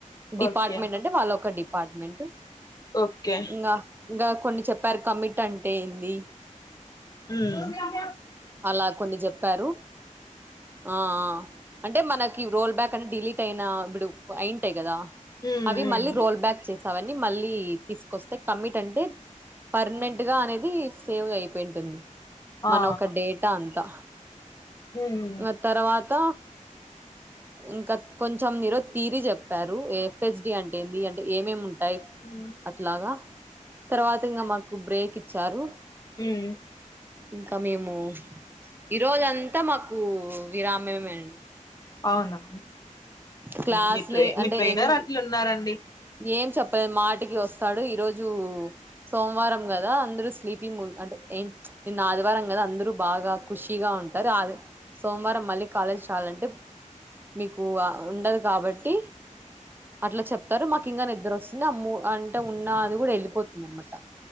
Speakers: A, on the right; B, on the left.
A: డిపార్ట్‌మెంట్
B: ఓకే
A: అంటే వాళ్ల ఒక్కో డిపార్ట్‌మెంట్.
B: ఓకే
A: ఇంగ ఇంగ కొన్ని చెప్పారు, కమిట్ అంటే ఏంది?
B: మ్మ్
A: అలా కొన్ని చెప్పారు, ఆ ఆ అంటే మనకి రోల్‌బ్యాక్ కానీ డిలీట్ అయిన ఇప్పుడు అయింటాయి గదా,
B: హ్మ్
A: అవి
B: హ్మ్
A: మళ్లీ రోల్‌బ్యాక్ చేసావని? మళ్లీ తీసుకోస్తే, కమిట్ అంటే పర్మినెంట్ గా అనేది సేవ్ గా అయి వింటుంది, మన
B: ఆ
A: ఒక డేటా అంతా
B: హ్మ్
A: ఇంగ తర్వాత ఇంకా కొంచెం నిరుత్. తీరి చెప్పారు ఎఫ్ ఎస్ డి అంటే ఏంది అంటే, ఏమేమి ఉంటాయి
B: హ్మ్.
A: అట్లాగా తర్వాత, ఇంగ మాకు బ్రేక్ ఇచ్చారు.
B: మ్మ్
A: ఇంకా, మేము ఈరోజంతా మాకు విరామమే అండి.
B: అవునా,
A: క్లాస్లే
B: మీరు ట్రై మీ
A: అంటే
B: ట్రైనర్
A: ఏమి
B: అట్లున్నారండి
A: ఏం చెప్పలేదు, మాటికి వస్తాడు ఈరోజు. సోమవారం కదా, అందరూ స్లీపింగ్ మూడ్ అంటే ఏం నిన్న ఆదివారం కదా అందరూ బాగా ఖుషీగా ఉన్ ఉంటారు అది సోమవారం మళ్లీ కాలేజ్ రావలంటే. మీకు అ ఉండదు కాబట్టి అట్లా చెప్. తారు మాకు ఇంకా నిద్ర వస్తుంది అమ్మో అంటే ఉన్న అది కూడా వెళ్ళిపోతుంది అనమాట.